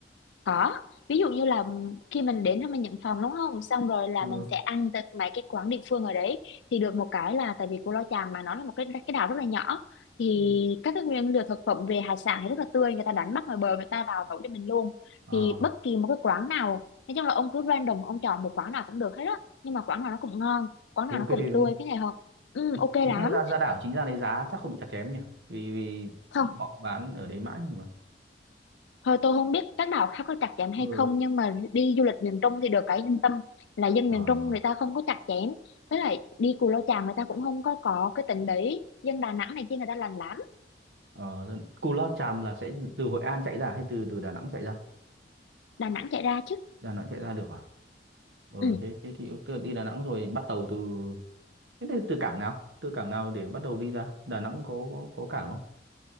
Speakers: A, on the left; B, on the right.
A: Có, ví dụ như là khi mình đến thì mình nhận phòng đúng không? Xong rồi là
B: ừ
A: mình sẽ ăn tại mấy cái quán địa phương ở đấy thì được một cái là tại vì Cù Lao Chàm mà nó là một cái cái đảo rất là nhỏ thì
B: Ừ.
A: các cái nguyên liệu thực phẩm về hải sản thì rất là tươi người ta đánh bắt ngoài bờ người ta vào nấu cho mình luôn
B: ờ
A: thì bất kỳ một cái quán nào nói chung là ông cứ random ông chọn một quán nào cũng được hết á nhưng mà quán nào nó cũng ngon quán
B: thôi
A: nào
B: ok
A: nó cũng
B: đúng
A: tươi
B: không
A: cái này không ừ,
B: Thì
A: ok
B: chính
A: lắm
B: là ra ra đảo chính ra đấy giá chắc không bị chặt chém nhỉ vì vì
A: không
B: họ bán ở đấy mãi mà
A: Thôi tôi không biết các đảo khác có chặt chém hay
B: ừ
A: không nhưng mà đi du lịch miền Trung thì được cái yên tâm là dân
B: ờ
A: miền Trung người ta không có chặt chém với lại đi Cù Lao Chàm người ta cũng không có có cái tính đấy dân Đà Nẵng này kia người ta lành lắm
B: ờ dân- Cú Lao Chàm là sẽ từ Hội An chạy ra hay từ từ Đà Nẵng chạy ra
A: Đà Nẵng chạy ra chứ
B: Đà Nẵng chạy ra được à ờ
A: ừ.
B: thế thế thì ok, đi Đà Nẵng rồi bắt tàu từ Thế thì từ cảng nào? Từ cảng nào để bắt đầu đi ra? Đà Nẵng có có, có cảng không?